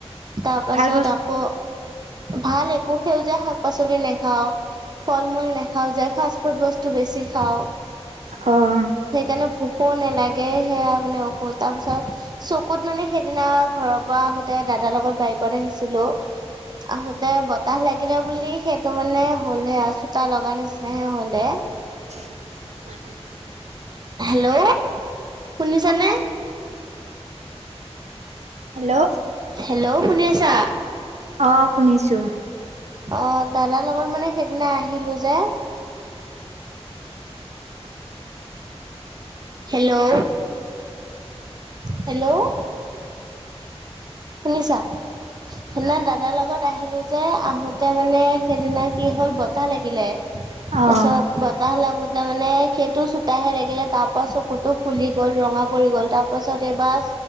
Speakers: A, on the right (about 40°); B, on the right (about 90°).
A: তাৰ পাছত
B: ভাল বস্তু
A: আকৌ ভাল একো সেউজীয়া শাক পাচলি নাখাও। ফল মূল নেখাও যে, ফাষ্ট ফুড বস্তু বেছি খাওঁ।
B: অহ
A: সেইকাৰণে ভোকো নালাগে সেয়া মানে অসুখ, তাৰপিছত চকুত মানে সেইদিনা ঘৰত ত পৰা আহোতে দাদাৰ লগত বাইকত আহিছিলো আহোতে বতাহ লাগিলে বুলি সেইটো মানে হ'লহে আৰু চোতা লগাৰ নিচিনাহে হ'লে
B: <inaudible>
A: হেল্ল' শুনিছানে?
B: হেল্ল'
A: হেল্ল' শুনিছা?
B: আহ, শুনিছো।
A: অ, দাদাৰ লগত মানে সেইদিনা আহিলো যে, হেল্ল', হেল্ল', শুনিছা? শুনা, দাদাৰ লগত আহিলো যে আহোতে মানে সেইদিনা কি হ'ল বতাহ লাগিলে। তাৰ
B: অ',
A: পিছত বতাহ লাগোতোৰ মানে সেইটো চোতাহে লাগিলে তাৰ পৰা চকুতটো ফুলি গ'ল ৰঙা ৰঙা পৰি গ'ল তাৰ পাছত এইবাৰ